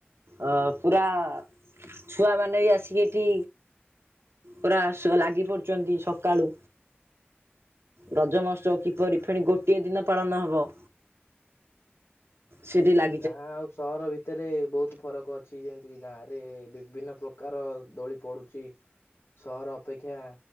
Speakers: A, on the right; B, on the left.
A: ଅ ପୁରା ଛୁଆମାନେ ବି ଆସିକି ଏଠି ପୁରା <unintelligible> ଲାଗି ପଡ଼ିଚନ୍ତି ସକାଳୁ। ରଜ ମହୋତ୍ସବ କିପରି ଫେଣି ଗୋଟିଏ ଦିନ ପାଳନ ହବ। ସେଠି ଲା
B: ଗାଁ ଆଉ ସହର ଭି ଭିତରେ ବହୁତ୍ ଫରକ୍ ଅଛି ଯେମ୍ତିକି ଗାଁରେ ବିଭିନ୍ନ ପ୍ରକାର ଦୋଳି ପଡୁଚି। ସହର ଅପେକ୍ଷା